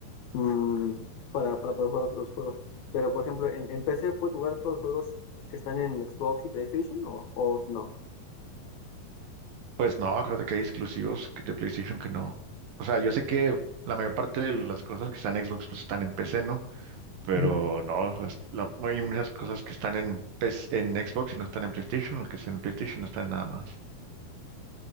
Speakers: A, on the left (about 75°); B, on the right (about 70°).
A: Mm, para, para poder jugar los juegos. Pero, por ejemplo, en, en PC puedes jugar todos los juegos que están en Xbox y PlayStation o, o no.
B: Pues no, acuérdate que hay exclusivos de PlayStation que no. O sea, yo sé que la mayor parte de las cosas que están en Xbox pues están en PC, ¿no? Pero
A: Ujú.
B: no, las, la- hay muchas cosas que están en, PS en Xbox y no están en PlayStation, los que están en PlayStation no están en nada más.